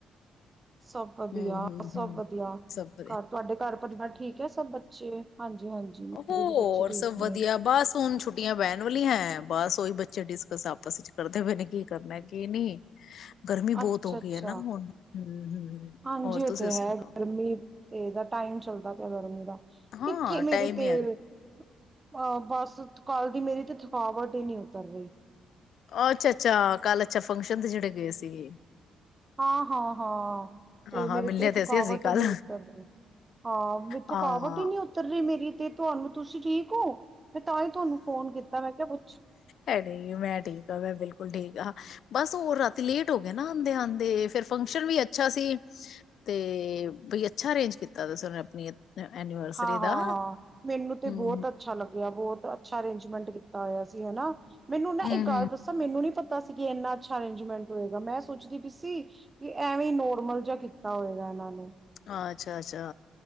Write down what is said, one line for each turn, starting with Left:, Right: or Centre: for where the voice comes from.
Right: ਸਭ
Left: ਹਮ
Right: ਵਧੀਆ,
Left: ਹਮ
Right: ਸਭ
Left: ਹਮ
Right: ਵਧੀਆ।
Left: ਸਭ ਵਧੀਆ
Right: ਘਰ, ਤੁਹਾਡੇ ਘਰ ਪਰਿਵਾਰ ਠੀਕ ਹੈ? ਸਭ ਬੱਚੇ? ਹਾਂਜੀ, ਹਾਂਜੀ। ਮੇਰੇ
Left: ਹੋਰ
Right: ਵੀ ਬੱਚੇ ਠੀਕ
Left: ਸਭ
Right: ਨੇ।
Left: ਵਧੀਆ ਬਸ ਹੁਣ ਛੁੱਟੀਆਂ ਪੈਣ ਵਾਲੀਆਂ ਹੈ ਬਸ <unintelligible> ਕੋਈ, ਬੱਚੇ ਡਿਸਕਸ ਆਪਸ ਵਿੱਚ ਕਰਦੇ ਪਏ ਨੇ, ਕੀ ਕਰਨਾ, ਕੀ ਨਹੀਂ। ਗਰਮੀ
Right: ਅੱਛਾ,
Left: ਬਹੁਤ ਹੋ
Right: ਅੱਛਾ।
Left: ਗਈ ਹੈ ਨਾ ਹੁਣ ਹਮ ਹਮ
Right: ਹਾਂਜੀ,
Left: ਹੋਰ
Right: ਔ
Left: ਤੁਸੀਂ
Right: ਤੇ
Left: ਸੁਣਾਓ
Right: ਹੈ, ਗਰਮੀ ਤੇਦਾ ਟਾਈਮ ਚੱਲਦਾ। ਚੜ ਨੂੰ ਦਾ।
Left: ਹਾਂ
Right: ਕਿੱਥੇ, ਮੇਰੇ
Left: ਟਾਈਮ
Right: ਤੇਲ?
Left: ਹੀ ਹੈ
Right: ਅਹ, ਬਸ ਕੱਲ ਦੀ ਮੇਰੀ ਤੇ ਥਫਾਵਟ ਹੀ ਨਹੀਂ ਉਤਰ ਰਹੀ।
Left: ਔ, ਅੱਛਾ ਅੱਛਾ। ਕੱਲ, ਅੱਛਾ ਫੰਕਸ਼ਨ ਤੇ ਜਿਹੜੇ ਗਏ ਸੀ।
Right: ਹਾਂ ਹਾਂ ਹਾਂ, ਤੇ
Left: ਹਾਂ-ਹਾਂ
Right: ਮੇਰੀ
Left: ਮਿਲੇ
Right: ਤੇ ਥਕਾਵਟ
Left: ਸੀ ਅਸੀਂ ਕੱਲ
Right: ਹੀ ਨਹੀਂ ਉੱਤਰ ਰਹੀ, ਹਾਂ ਵੀ ਥਕਾਵਟ
Left: ਹਾਂ।
Right: ਹੀ ਨਹੀਂ ਉੱਤਰ ਰਹੀ ਮੇਰੀ ਤੇ, ਤੁਹਾਨੂੰ ਤੁਸੀਂ ਠੀਕ ਕੁ ਮੈਂ ਤਾਂ ਹੀ ਤੁਹਾਨੂੰ ਫੋਨ ਕੀਤਾ, ਮੈਂ ਕਿਹਾ ਪੂ
Left: ਇਹ ਨਹੀਂ, ਮੈਂ ਠੀਕ ਆਂ, ਮੈਂ ਬਿਲਕੁਲ ਠੀਕ ਆਂ। ਬਸ ਹੋਰ ਰਾਤੀ ਲੇਟ ਹੋ ਗਏ ਨਾ ਆਂਦੇ ਆਂਦੇ, ਫਿਰ ਫੰਕਸ਼ਨ ਵੀ ਅੱਛਾ ਸੀ ਤੇ ਬਈ ਅੱਛਾ ਅਰੇਂਜ ਕੀਤਾ ਸੀ ਉਹਨੇ ਆਪਣੀ ਐਨੀਵਰਸਰੀ
Right: ਹਾਂ ਹਾਂ
Left: ਦਾ।
Right: ਹਾਂ ਮੈਨੂੰ ਤੇ
Left: ਹੂੰ,
Right: ਬਹੁਤ ਅੱਛਾ ਲੱਗਿਆ ਬਹੁਤ ਅੱਛਾ ਅਰੇਂਜ ਮੈਂਟ ਕੀਤਾ ਹੋਇਆ ਸੀ, ਹੈਨਾ ਮੈਨੂੰ ਨਾ
Left: ਹੂੰ,
Right: ਇਹ ਗੱਲ ਦੱਸਾਂ ਮੈਨੂੰ ਨੀ ਪਤਾ ਪਤਾ ਸੀ ਕਿ ਇੰਨਾ ਅੱਛਾ ਅਰੇਂਜਮੈਂਟ ਹੋਏਗਾ ਮੈਂ ਸੋਚਦੀ ਪੀ ਸੀ ਕਿ ਐਵੇਂ ਨੋਰਮਲ ਜਯਾ ਕੀਤਾ ਤਾ ਹੋਏਗਾ ਇਹਨਾਂ ਨੂੰ
Left: ਅੱਛਾ ਅੱਛਾ